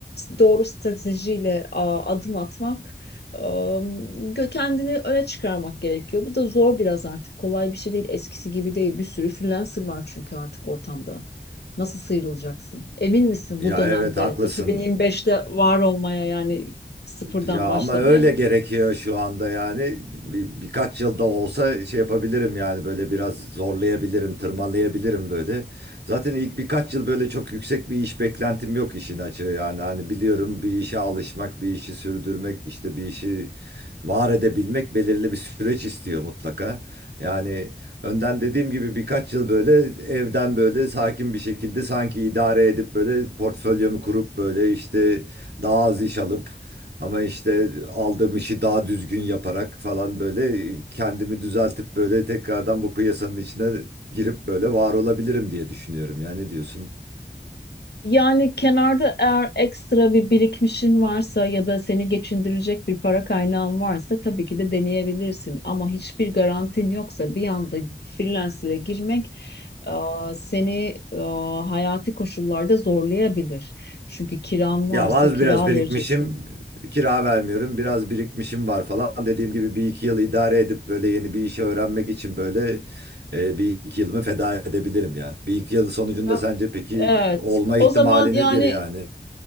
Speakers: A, on the left; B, on the right.
A: doğru stratejiyle a, adım atmak, e, gö- kendini öne çıkarmak gerekiyor. Bu da zor biraz artık. Kolay bir şey değil. Eskisi gibi değil. Bir sürü freelancer var çünkü artık ortamda. Nasıl sıyrılacaksın? Emin misin
B: Ya
A: bu dönemde
B: evet haklısın.
A: 2025'te var olmaya yani sıfırdan
B: Ya
A: başlamaya?
B: ama öyle gerekiyor şu anda yani. Bir, birkaç yılda olsa şey yapabilirim yani böyle biraz zorlayabilirim, tırmalayabilirim böyle. Zaten ilk birkaç yıl böyle çok yüksek bir iş beklentim yok işin açığı yani. Hani biliyorum bir işe alışmak, bir işi sürdürmek, işte bir işi var edebilmek belirli bir süreç istiyor mutlaka. Yani önden dediğim gibi birkaç yıl böyle evden böyle sakin bir şekilde sanki idare edip böyle portfolyomu kurup böyle işte daha az iş alıp ama işte aldığım işi daha düzgün yaparak falan böyle kendimi düzeltip böyle tekrardan bu piyasanın içine girip böyle var olabilirim diye düşünüyorum. Ya ne diyorsun?
A: Yani kenarda eğer ekstra bir birikmişin varsa ya da seni geçindirecek bir para kaynağın varsa tabii ki de deneyebilirsin. Ama hiçbir garantin yoksa bir anda freelancer'e girmek e, seni e, hayati koşullarda zorlayabilir. Çünkü kiran varsa
B: Ya var
A: kira
B: biraz birikmişim,
A: vereceksin.
B: kira vermiyorum, biraz birikmişim var falan. Dediğim gibi bir iki yıl idare edip böyle yeni bir işi öğrenmek için böyle e, bir iki yılımı feda edebilirim ya. Bir iki yıl sonucunda
A: Ya,
B: sence peki
A: Evet.
B: olma
A: O
B: ihtimali
A: zaman yani
B: nedir yani?